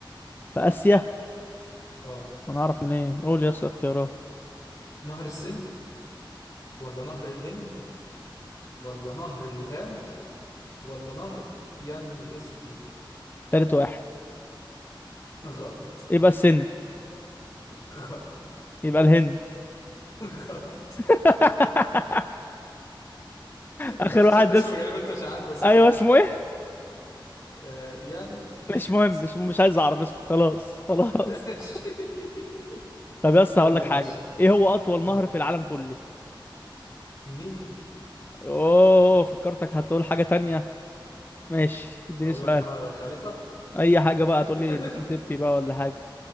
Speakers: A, on the left; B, on the left.
A: في اسيا
B: اه
A: انا اعرف منين قول يا اسطى اختيارات
B: نهر السند ولا نهر الهند ولا نهر الغانغ ولا نهر ينغستي
A: تالت واحد
B: <laughs> غلط
A: يبقى السند
B: غلط
A: يبقى الهند
B: غلط
A: <laughs> اخر
B: انت عشان
A: واحد
B: الاسم
A: دس
B: الغريب انت مش عارفه صح
A: ايوه اسمه ايه
B: آه، ينغستي
A: مش مهم مش مش عايز اعرف اسكت خلاص خلاص
B: آه، ماشي. <laughs>
A: <laughs> طب يس هقول
B: يلا
A: لك حاجه
B: يا باشا
A: ايه هو اطول نهر
B: اه
A: في العالم كله
B: النيل
A: اوه فكرتك هتقول حاجه تانية ماشي اديني
B: اقول
A: سؤال
B: لك نهر يا خليفة
A: اي حاجه بقى
B: <laughs>
A: تقول لي المسيسيبي بقى ولا حاجه